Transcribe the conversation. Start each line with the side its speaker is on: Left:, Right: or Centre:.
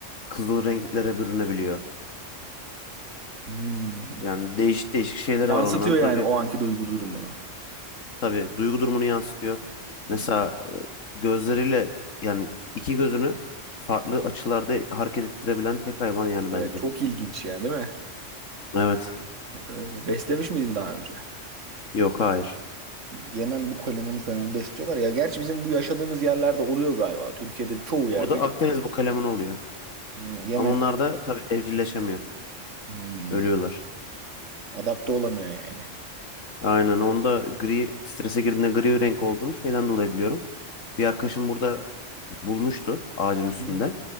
Left: kızıl renklere bürünebiliyor.
Right: Hmm.
Left: Yani değişik değişik şeyleri
Right: Yansıtıyor
Left: var onların. Tabii
Right: yani o anki duygu durumunu.
Left: tabii duygu durumunu yansıtıyor.
Right: Hmm.
Left: Mesela e, gözleriyle yani iki gözünü farklı açılarda hareket ettirebilen tek hayvan yani
Right: Evet
Left: bence.
Right: çok ilginç ya değil mi?
Left: Evet.
Right: Öyle. Beslemiş miydin daha önce?
Left: Yok hayır.
Right: Yemen bu kalemunu falan besliyorlar ya. Gerçi bizim bu yaşadığımız yerlerde oluyor galiba. Türkiye'de çoğu
Left: Burada
Right: yerde görülüyor.
Left: Akdeniz bu kalemin oluyor.
Right: Hı, Yemen
Left: Ama onlar da tabii evcilleşemiyor.
Right: hmm,
Left: Ölüyorlar.
Right: adapte olamıyor yani.
Left: Aynen onda gri strese girdiğinde gri renk olduğunu şeyden dolayı biliyorum. Bir arkadaşım burada bulmuştu ağacın üstünde.
Right: Hı.